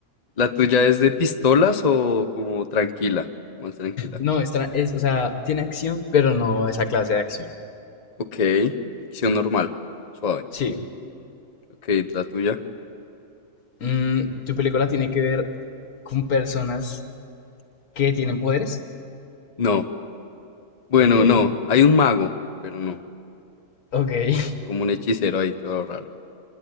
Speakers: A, on the left; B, on the left.
A: ¿La tuya es de pistolas o como tranquila? Más tranquila.
B: No, es, tra- es, o sea, tiene acción, pero no esa clase de acción.
A: Ok, acción normal, suave.
B: Sí.
A: Ok, ¿la tuya?
B: Mm, tu película tiene que ver con personas que tienen poderes.
A: No. Bueno,
B: Ok.
A: no, hay un mago, pero no,
B: Ok. <laughs>
A: como un hechicero ahí, todo raro.